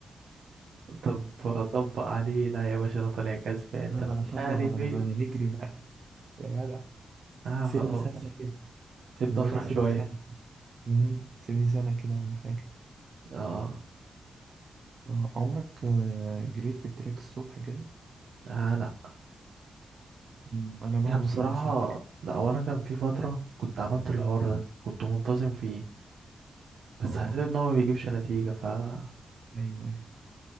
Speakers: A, on the right (about 80°); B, on the right (about 55°).
A: طب طبق عليه لا يا باشا انا طالع كسبان
B: لا
A: طب
B: بلا
A: مش
B: طبل
A: عارف
B: بلا
A: ايه
B: بلا نجري بقى يا جدع س-
A: اه
B: سيبني
A: خلاص
B: سنة كده
A: سيبنا
B: بقول
A: افرح
B: لك سيبني
A: شويه
B: سنة كده امم سيبني سنة كده ولا حاجة
A: اه
B: آه، عمرك آه، جريت في التراك الصبح كده
A: اه لا
B: مم، انا برضو
A: يا بصراحه
B: ما حبيتش الفكرة
A: لا هو انا كان في فتره كنت عملت الحوار ده كنت منتظم فيه بس
B: اه
A: حسيت ان هو ما بيجيبش نتيجه ف لا
B: ايوه ايوه